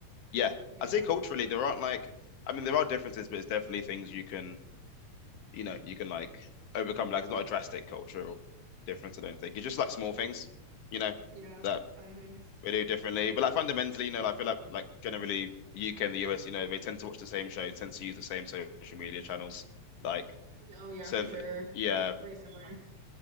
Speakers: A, on the left; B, on the right.
A: yeah,
B: yeah,
A: I'd say culturally there aren't like I mean there are differences, but it's definitely things you can you know, you can like overcome. Like it's not a drastic cultural difference, I don't think. It's just like small things, you know,
B: yeah.
A: that
B: Tiny things.
A: we do differently. But like fundamentally, you know, like, I feel like like generally the UK and the US, you know, they tend to watch the same shows, tend to use the same social media channels. Like
B: Yeah, Oh yeah,
A: so,
B: for sure.
A: yeah,
B: Very similar.